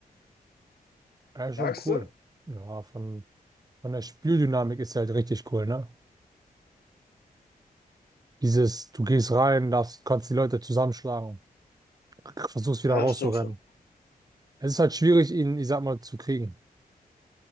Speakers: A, on the right; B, on the left.
A: Ja, schon
B: Sagst
A: cool.
B: du?
A: Ja, von, von der Spieldynamik ist halt richtig cool, ne? Dieses, du gehst rein, darfst, kannst die Leute zusammenschlagen, versuchst
B: Ja,
A: wieder rauszurennen.
B: stimmt schon.
A: Es ist halt schwierig, ihn, ich sag mal, zu kriegen.